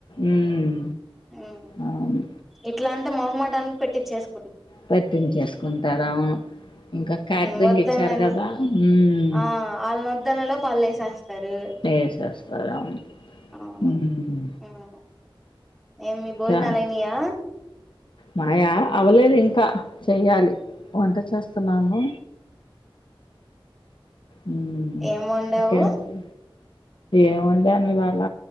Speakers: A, on the left; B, in the centre.
A: ఉమ్
B: ఉమ్
A: అవును
B: ఇట్లా అంటే మొహమాటాని పెట్టిచ్చేస్
A: పెట్టించేసుకుంటారు అవును ఇంకా క్యాటరింగ్
B: వద్దనేలో
A: ఇచ్చారు కదా ఉమ్మ్
B: ఆ ఆళ్ళనొద్దనేలోపు ఆళ్ళేసేస్తారు
A: వేసేస్తారు అవును
B: అవును
A: ఉమ్
B: ఉమ్మ్ ఏం మీ
A: ఇంకా
B: భోజనాలుయినాయా
A: మాయా అవ్వలేదు ఇంకా చెయ్యాలి వంట చేస్ సునాను ఉమ్
B: ఏం వండావు
A: ఇంకేంటి ఏం వండాను ఇవాళ